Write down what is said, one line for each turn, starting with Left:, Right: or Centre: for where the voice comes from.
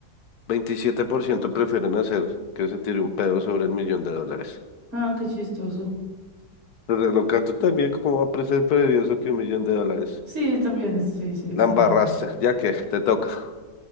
Left: 27% prefieren hacer que se tire un pedo sobre el millón de dólares.
Right: Ah, qué chistoso.
Left: Pero loca, tú también, ¿cómo va a ser preferido eso que un millón de dólares?
Right: Sí, también, es- sí, sí,
Left: La
Right: tienes
Left: embarraste,
Right: razón.
Left: ya que te toca.